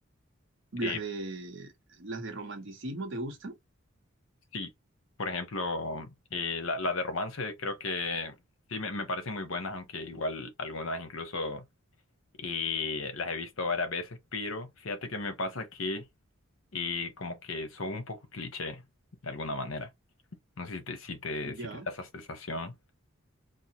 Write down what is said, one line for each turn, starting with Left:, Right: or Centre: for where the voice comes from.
Right: Las
Left: Eh,
Right: de, las de romanticismo, ¿te gustan?
Left: sí, por ejemplo, eh, la, la de romance creo que sí me, me parecen muy buenas, aunque igual algunas incluso eh, las he visto varias veces, pero fíjate que me pasa que eh, como que son un poco cliché de alguna manera. No sé si te, si te,
Right: Ya,
Left: si te da esa sensación.